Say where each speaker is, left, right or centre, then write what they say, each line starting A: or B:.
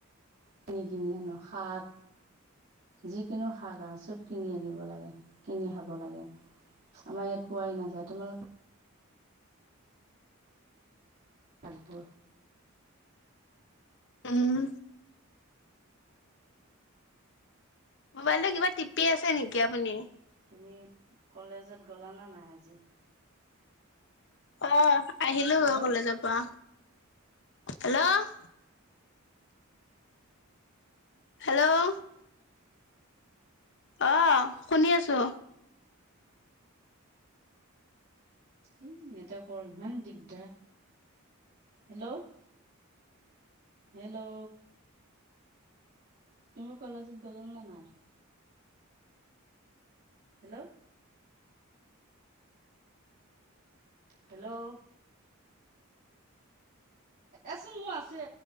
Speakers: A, on the right; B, on the left.
A: কিনি কিনি আনো শাক যিকোনো শাক আৰু চব কিনি আনিব লাগে, কিনি খাব লাগে। আমাৰ ইয়াত পোৱাই নাযায়, তোমালোকে আগব
B: উম, মোবাইলৰ কিবা টিপি আছে নেকি আপুনি?
A: তুমি কলেজত গ'লাানে নাই আজি?
B: অ', আহিলো
A: হেল্ল'
B: কলেজৰ পৰা। হেল্ল' হেল্ল' অ', শুনি আছো।
A: এই নটকৰ ইমান দিগদাৰ। হেল্ল' হেল্ল' তুমি কলেজত গ'ল না নাই? হেল্ল' হেল্ল' এচোন মোৰ আছে